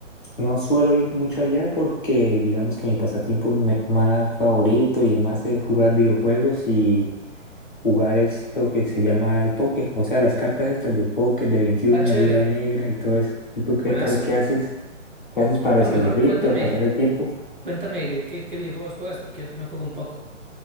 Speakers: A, on the left; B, on the right.
A: No suelo ir mucho allá porque digamos que mi pasatiempo me- más favorito y demás es jugar videojuegos y jugar esto que se llama el póker, o sea, las cartas estas del póker de 21,
B: Ah, chévere.
A: viva negra y todo eso. ¿Y tú qué
B: Buenazo.
A: tal? ¿Qué haces? ¿Qué haces para
B: No,
A: desaburrirte
B: mejor cuéntame,
A: o pasar el tiempo?
B: cuéntame qué, qué videojuegos juegas porque yo también juego un poco.